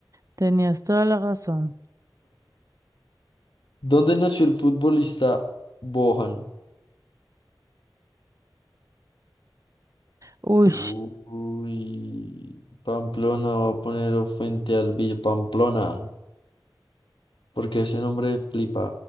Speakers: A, on the right; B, on the left.
A: Tenías toda la razón.
B: dónde nació el futbolista Bohan?
A: Uy,
B: Uy, Pamplona va a poner o frente al Villa Pamplona, porque ese nombre flipa.